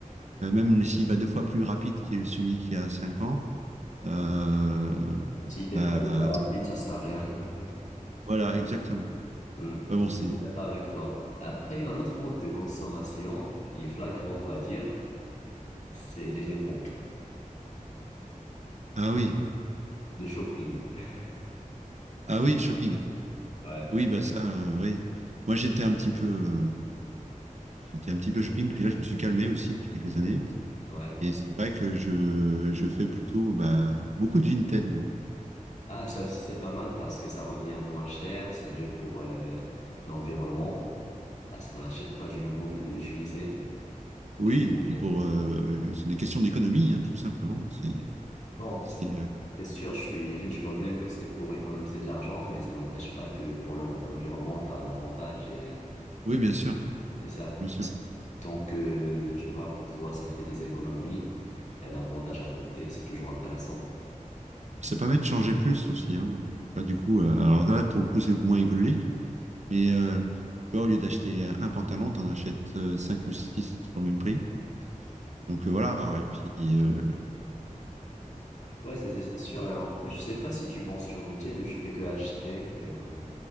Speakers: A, on the right (about 55°); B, on the left (about 55°).
A: euh, même s'il va deux fois plus rapide que celui qui a 5 ans, euh,
B: Si t'es
A: bah,
B: pas beaucoup rapide, ça sert à rien. <laughs>
A: voilà, exactement.
B: Mm.
A: Ah bon, c'est...
B: Je suis d'accord avec toi. Après, un autre mode de consommation qui est flagrant, on va dire, c'est les vêtements,
A: Ah oui,
B: de shopping. <laughs>
A: ah oui, le shopping.
B: Ouais,
A: Oui, bah ça, euh, oui. Moi, j'étais un petit peu, euh, j'étais un petit peu shopping, puis là, je me suis calmé aussi depuis quelques années.
B: ouais.
A: Et c'est vrai que je, je fais plutôt bah, beaucoup de Vinted maintenant.
B: Ah, ça aussi, c'est pas mal parce que ça revient moins cher, c'est mieux pour euh, l'environnement, parce qu'on n'achète pas du nouveau, mais de l'utiliser.
A: Oui,
B: Et, euh,
A: et puis pour euh, c'est des questions d'économie, hein, tout simplement. C'est,
B: Bon,
A: c'est, euh,
B: C'est sûr, je suis, <laughs> je vois bien que c'est pour économiser de l'argent, mais ça n'empêche pas que pour l'en- l'environnement, tu as un avantage et,
A: oui, bien sûr,
B: et ça,
A: bien sûr.
B: tant que tu vois, pour toi, ça fait des économies, il y a un avantage à côté, c'est toujours intéressant. Mm.
A: Puis ça permet de changer plus aussi. hein. Tu vois, du coup, euh, alors là, pour le coup, c'est moins écologique. Mais euh, tu vois, au lieu d'acheter un pantalon, tu en achètes euh, cinq ou six pour le même prix. Donc euh, voilà. Et puis euh,
B: Ouais, c'est c'est- c'est sûr. Et en plus, je sais pas si tu vends sur Vinted ou tu fais que acheter. Et, euh,